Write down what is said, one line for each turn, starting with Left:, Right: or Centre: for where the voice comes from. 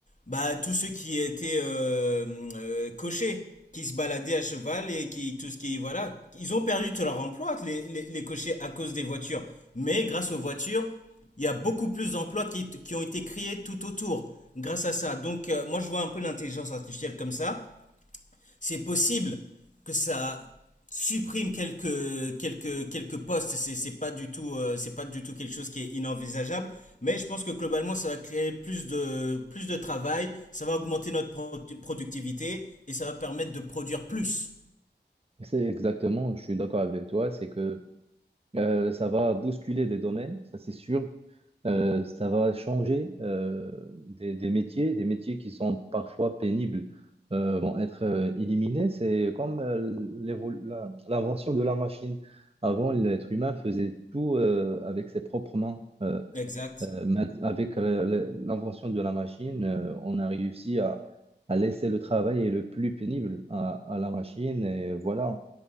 Left: bah, tous ceux qui étaient euh, euh, cochers, qui se baladaient à cheval et qui tout ce qui voilà, ils ont perdu tout leur emploi les, les, les cochers à cause des voitures. Mais grâce aux voitures, Il y a beaucoup plus d'emplois qui, qui ont été créés tout autour grâce à ça. Donc, euh, moi, je vois un peu l'intelligence artificielle comme ça. C'est possible que ça supprime quelques, quelques, quelques postes. C'est, c'est pas du tout, euh, c'est pas du tout quelque chose qui est inenvisageable. Mais je pense que globalement, ça va créer plus de, plus de travail. Ça va augmenter notre pro- productivité et ça va permettre de produire plus.
Right: C'est exactement, je suis d'accord avec toi, c'est que euh, ça va bousculer des domaines, ça c'est sûr. Euh, ça va changer euh, des, des métiers, des métiers qui sont parfois pénibles euh, vont être euh, éliminés. C'est comme euh, l'évo- la- l'invention de la machine. Avant, l'être humain faisait tout euh, avec ses propres mains. Euh,
Left: Exact.
Right: euh, ma- avec la- la- l'invention de la machine, euh, on a réussi à, à laisser le travail et le plus pénible à à la machine. Et voilà.